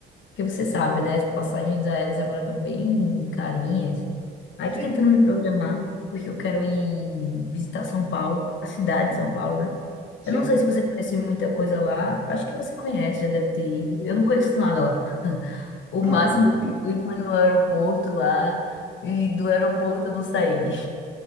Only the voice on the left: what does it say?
Porque você sabe, né? As passagens aéreas agora estão bem carinhas. Aí
tô tentando me programar, porque eu quero ir visitar São Paulo, a cidade
de São Paulo, né?
Eu não sei
se você conhece muita coisa lá. Acho que você conhece, já deve ter ido. Eu não conheço nada lá. O
máximo
que eu fui foi no aeroporto lá, e do aeroporto eu não saí. <laughs>